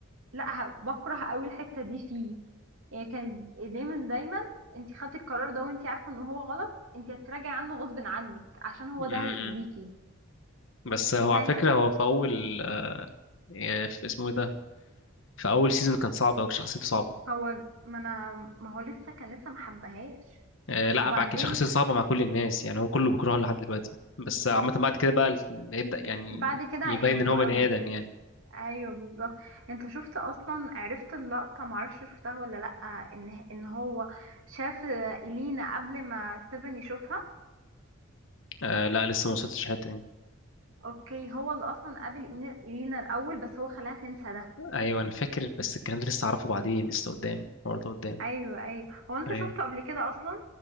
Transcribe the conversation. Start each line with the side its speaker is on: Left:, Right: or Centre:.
Right: لا ه- بكره قوي الحتة دي فيه يعني كانت دايما دايما انتي خدتي القرار ده وانتي عارفة ان هو غلط انتي هتراجعي عنه غصب عنك عشان هو
Left: مم.
Right: ده هيأذيكي
Left: بس هو
Right: فاهم
Left: على فكرة هو في أول آه، في اسمه ايه ده في أول سيزون كان صعب أوي شخصيته صعبة
Right: هو ما انا ما هو لسه كان لسه محبهاش
Left: آه، لا
Right: وبعدين
Left: بعد كده شخصيته صعبة مع كل الناس يعني هو كله بيكرهه لحد دلوقتي بس عامة بعد كده بقى ال- هيبدأ يعني
Right: بعد كده
Left: يبين
Right: هيحبوه
Left: إن هو بني
Right: قوي
Left: آدم يعني
Right: ايوه بالظبط انت شفت اصلا عرفت اللقطه معرفش شفتها ولا لا ان ان هو شاف الينا قبل ما ستيفن يشوفها
Left: آه، لا لسه ما وصلتش الحتة دي
Right: اوكي هو اللي اصلا قابل إن- الينا الاول بس هو خلاها تنسى ده
Left: ايوه انا فاكر بس الكلام ده لسه اعرفه بعدين لسه قدام الحوار ده قدام
Right: ايوه ايوه هو انت
Left: ايوه
Right: شفته قبل كده اصلا